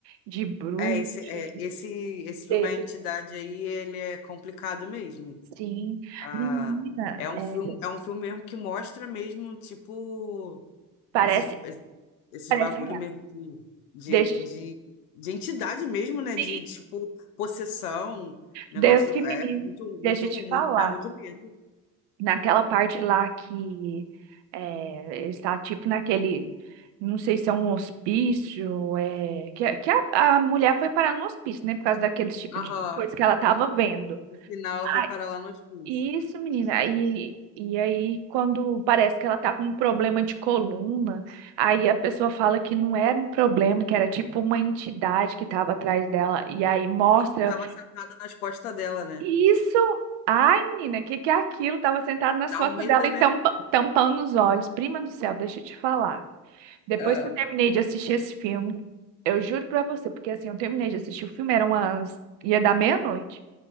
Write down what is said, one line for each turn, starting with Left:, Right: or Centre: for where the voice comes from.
Right: de bruxa,
Left: É, esse, é,
Right: de
Left: esse, esse filme,
Right: ter-
Left: A Entidade aí, ele é complicado mesmo.
Right: Sim.
Left: Ah,
Right: Menina,
Left: é um
Right: é,
Left: filme, é um filme mesmo que mostra mesmo, tipo.
Right: parece,
Left: Esses, es- esses
Right: parece
Left: bagulho
Right: real.
Left: mesmo de, de,
Right: Deixa eu te...
Left: de, de entidade mesmo, né?
Right: Sim,
Left: De, tipo, possessão, negócio.
Right: Deus que
Left: É
Right: me livre.
Left: muito, muito,
Right: Deixa eu te
Left: muito,
Right: falar.
Left: dá muito medo.
Right: naquela parte lá que é, ele está tipo naquele, não sei se é um hospício, é, que, que a, a mulher foi parar no hospício, né, por causa daqueles tipo
Left: Aham.
Right: de coisa que ela estava vendo.
Left: No no final ela
Right: Ah,
Left: foi parar lá no hospício.
Right: isso, menina, e, e aí quando parece que ela tá com um problema de coluna, aí a pessoa fala que não era um problema, que era tipo uma entidade que estava atrás dela, e aí mostra
Left: Tem que tava sentada nas costas dela, né?
Right: isso! Ai, menina, o que que é aquilo? Tava sentado nas
Left: Dá
Right: costas
Left: um medo,
Right: dela e
Left: né?
Right: tampa- tampando os olhos. Prima do céu, deixa eu te falar. Depois
Left: Ah,
Right: que eu terminei de assistir esse filme, eu juro pra você, porque assim, eu terminei de assistir o filme, eram umas... ia dar meia-noite.